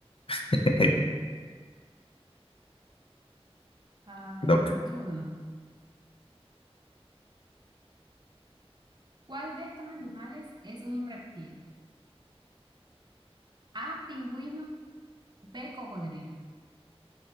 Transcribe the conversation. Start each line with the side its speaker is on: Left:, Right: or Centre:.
Left: <laughs> Te
Right: A ver,
Left: toca.
Right: mi turno. ¿Cuál de estos animales es un reptil? A, pingüino, B, cocodrilo.